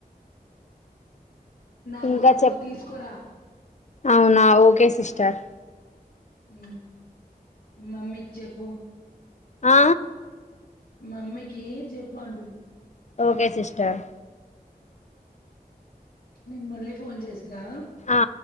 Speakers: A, on the left; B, on the left.
A: నాక
B: ఇంకా
A: ఒక టూ
B: చెప్
A: తీసుకోరా
B: అవునా ఓకే సిస్టర్
A: ఉ మమ్మీకి చెప్పు
B: ఆ
A: మమ్మకి జప్ బండున్నా
B: ఓకే సిస్టర్
A: నేను మళ్ళీ ఫోన్ చేస్తా
B: ఆ